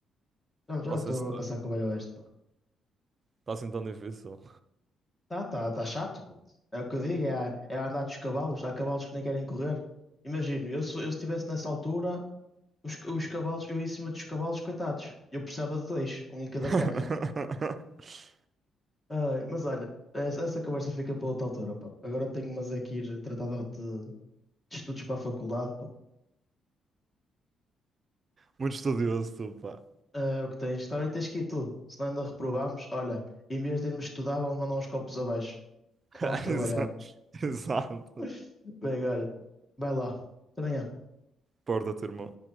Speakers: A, on the left; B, on the right.
A: Já, me- já
B: Passa
A: me estou
B: esse stress.
A: a passar com o Velho Oeste, pá.
B: Está assim tão difícil.
A: Tá, tá, tá chato, puto. É o que eu digo, é, a- é a andar dos cavalos. Há cavalos que nem querem correr. Imagino, eu, se eu estivesse nessa altura. Os, os cavalos, eu em cima dos cavalos, coitados. Eu precisava de dois, um em cada
B: <laughs>
A: perna. Ai, mas olha, essa, essa conversa fica para outra altura, pá. Agora tenho mas é que ir tratar de, de estudos para a faculdade, pá.
B: Muito estudioso, tu, pá.
A: Ah, É o que tens. Também tens que ir tu. Se não ainda reprovámos, olha, em vez de irmos estudar, vamos mandar uns copos abaixo.
B: <laughs>
A: Não
B: Exa-
A: vamos trabalhar.
B: Exato.
A: <laughs> Bem, olha, vai lá. Até amanhã.
B: Porta-te, irmão.